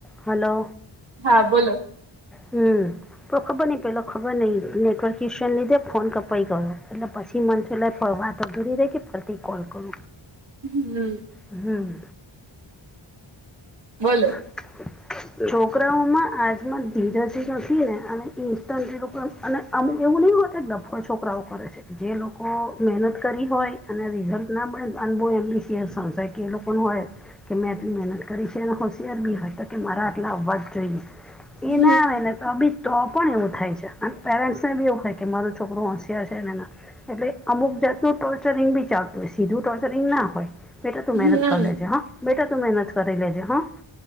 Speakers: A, in the centre; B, on the right.
A: Hello
B: હા બોલો
A: હમ્મ તો ખબર નહં પેલો ખબર નહિ, નેટવર્ક શને લીધે ફોન કપાઈ ગયો એટલે પછી મનસો લ ફરવા દૂર રહેખી પ્રતિ કલ કરુ
B: હમ્મ
A: હમ્મ
B: બોલો
A: <unintelligible> છોકરાઓમાં આજમાં ધીજાજી નથી, ને અને ઇન્સ્ટન્ટલી અને અમુ એવું નહં હો ડફ છોકરાઓ કરે છે. જે લોકો મહેનત કરી હોય અને રિઝલ્ટ ના મળે અન બહુ એમ્બિશિયસ સંશે કે એ લોકોને હોય. કે મેં એટલી મહેનત કરી છેને ખુશ કે મારા આટલા આવવાજ જોઈએ
B: હમ
A: એ ના આવે ને તો બી તો પણ એવું થાય છે અને પેરેન્ટ્સ ને બી એવું થાય કે મારું છોકરું હસિયા છેને. એટલે અમુક જાતનુ ટોર્ચરિંગ બી ચાલતું હોય સીધું ટોર્ચરિંગ ના હોય. બેટા તું
B: હમ
A: મહેનત કરી લેજે હા બેટા તું મહેનત કરી લેજે હા